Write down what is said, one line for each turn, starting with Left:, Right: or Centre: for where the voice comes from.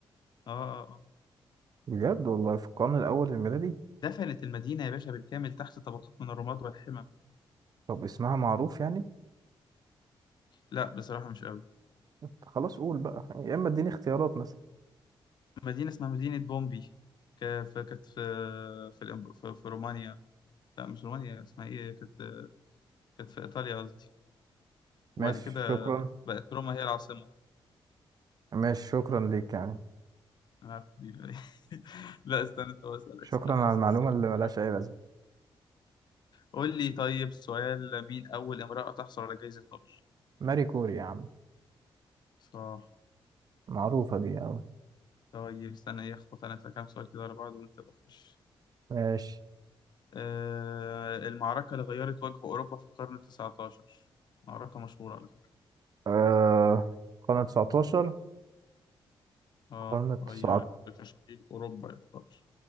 Left: اه آه، آه.
Right: بجد والله في القرن الأول الميلادي
Left: دفنت المدينة يا باشا بالكامل تحت طبقات من الرماد والحمم
Right: طب اسمها معروف يعني
Left: لا بصراحة مش قوي
Right: خلاص قول بقى يا إما اديني اختيارات مثلا
Left: مدينة اسمها مدينة بومبي ك- ف- كانت في في, الإم- في في رومانيا لا مش رومانيا اسمها ايه كانت كانت في إيطاليا قصدي
Right: ماشي
Left: وبعد كده
Right: شكرا
Left: بقت روما هي العاصمة
Right: ماشي شكرا ليك يعني
Left: أنا عارف دي. <laughs> لا استنى طب أسألك
Right: شكرا
Left: سؤال
Right: على
Left: لذيذ
Right: المعلومة
Left: سيبك-
Right: اللي ملهاش
Left: سيبك.
Right: أي لازمة
Left: قول لي طيب سؤال مين أول امرأة تحصل على جائزة نوبل
Right: ماري كوري يا عم
Left: صح
Right: معروفة دي أوي
Left: طيب استنى ايه اخبط انا في كام سؤال كده ورا بعض وانت بخش
Right: ماشي
Left: آه المعركة اللي غيرت وجه أوروبا في القرن التسعتاشر معركة مشهورة على فكرة
Right: آه قرن 19
Left: اه
Right: قرن
Left: غيرت
Right: 19
Left: في تشكيل أوروبا يعتبر